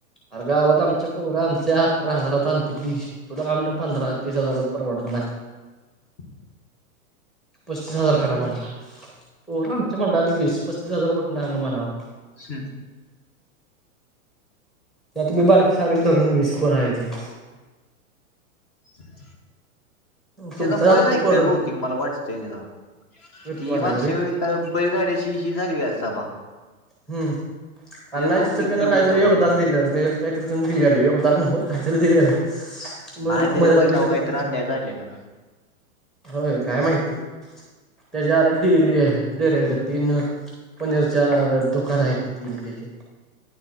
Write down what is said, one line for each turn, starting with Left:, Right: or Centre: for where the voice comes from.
Centre: अर गावात आमच्या पोर आमच्या अठतरा हजारात आणते बिज. तुला काम पंधरा तीस हजारच परवडत नाय.
Left: <inaudible>
Centre: पस्तीस हजार
Left: मग
Centre: करा म्हणटल पोर आमच्या मंडळात वीस पस्तीस हजार कुठंन आणू म्हणावं.
Left: हम्
Centre: त्यात मी बारीक सारीक धरण विस् करायचे
Left: हम्म त्याचा
Centre: तुमच आपली
Left: बैला ऐ
Centre: पोर
Left: काय बहती मला वाटतंय त्याचा ती
Centre: वाल्याच
Left: भागश
Centre: बी
Left: व का बरी गाड्याची ही झाली काय सभ
Centre: हम्म कार नाही
Left: बहुतेक
Centre: तथ त्यांन
Left: त्यो
Centre: काहीतरी
Left: होता बहुतेक
Centre: योगदान दिलं ते काहीतरी त्यां दिले आलं योदार न हो काहीतरी दिलेलं आहे मदत
Left: नाही त्याच्या
Centre: मदत
Left: बैलाव
Centre: बिदत
Left: काहीत
Centre: काय
Left: अन्याय झालेलं का
Centre: होय काय माहिती त्याच्यावर डेरी डेरी तीन पनीरच्या दुकान आहे ते तीन त्याचे